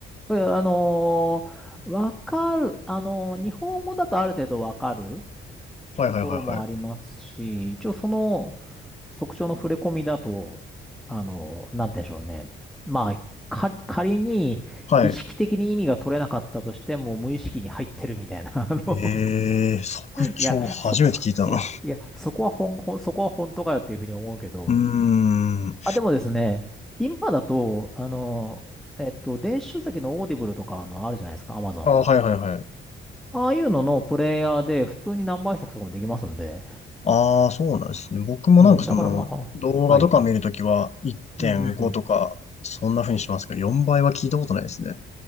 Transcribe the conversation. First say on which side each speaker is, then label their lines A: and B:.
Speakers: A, in the centre; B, on the left (about 35°).
A: えあのーわかる、あのー日本語だとある程度わかる
B: いはいはいはい。
A: ところもありますし、一応その速聴の触れ込みだと、あのーなんて言うんでしょうね。まあ、か仮に意識的に意味が取れなかったとしても無意識に入ってるみたいな、
B: はい。
A: <laughs> あの、
B: ええー、速聴初めて聞いたな。
A: いや、そこ、いや、いや、そこは本、ほんそこは本当かよっていうふうに思うけど、
B: うーん。
A: あ、でもですね、今だと、あのーえっと、電子書籍のオーディブルとかあのあるじゃないですか、アマゾンの。
B: ああ、はいはいはい。
A: ああいうののプレイヤーで普通に何倍速とかもできますんで。
B: ああ、そうなんですね。僕もなんかその、
A: うん、だからまあか、
B: ま動画とか見るときは1.5とか、
A: はい。うんうんう
B: そんな風にしますけど、4倍は聞いたことないですね。